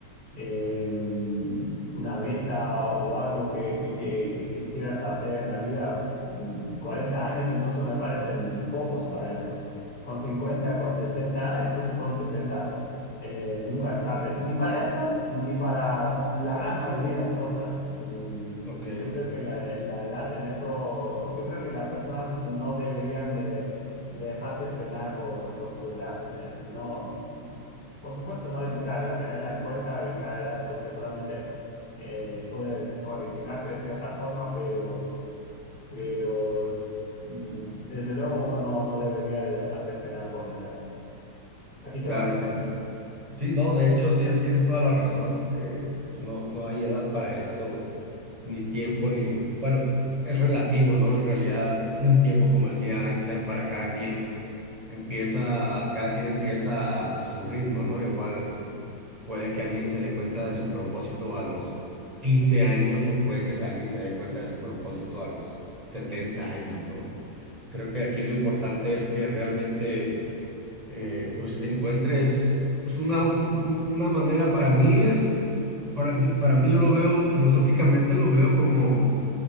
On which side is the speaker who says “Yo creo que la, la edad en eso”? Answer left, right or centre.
Left